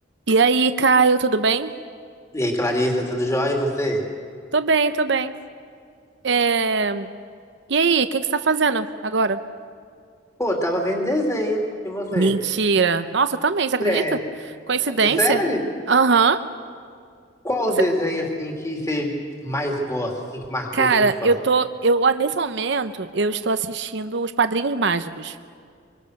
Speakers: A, on the right (about 65°); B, on the left (about 15°).
A: E aí, Caio, tudo bem?
B: E aí, Clarissa, tudo jóia? E você?
A: Tô bem, tô bem. É, E aí, o que que você tá fazendo agora?
B: Pô, tava vendo desenho. E você?
A: Mentira. Nossa, eu também, você acredita?
B: Sério?
A: Coincidência?
B: Sério?
A: Aham.
B: Qual os
A: Cê-
B: desenhos, assim, que você mais gosta, assim, que marcou
A: Cara,
B: sua infância?
A: eu tô. Eu, ah, nesse momento, eu estou assistindo Os Padrinhos Mágicos.